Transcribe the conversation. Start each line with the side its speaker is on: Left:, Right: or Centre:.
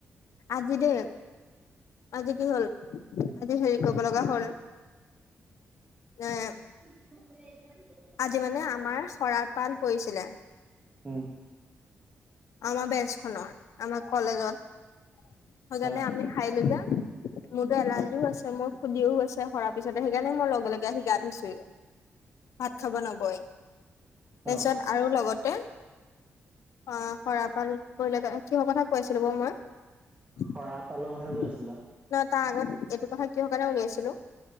Left: আজি দেই আজি কি হ'ল আজি হেৰি কব লগা হ'ল এঁ
Right: <unintelligible>
Left: আজি মানে আমাৰ শৰা পাল পৰিছিলে।
Right: উম
Left: আমা বেঞ্চ খনৰ আমা কলেজত সজেনে
Right: অ
Left: আমি হাই লো যে মোৰতো এলাৰ্জিও আছে মোৰ ফুলিও আছে সৰাপ পিছতে সেইকাৰণে মই লগে-লগে আহি গা ধইছোই ভাত খাব নগই।
Right: অ
Left: তাপিছত আৰু লগতে অঁহ সৰাপাল পৰিলে কে কিহ কথা কৈছিলো বাও মই। নহ
Right: শৰা এপালৰ কথা কৈ আছিলা
Left: তাৰ আগত এইটো কথা কিহ কাৰণে উলিয়াইছিলোঁ।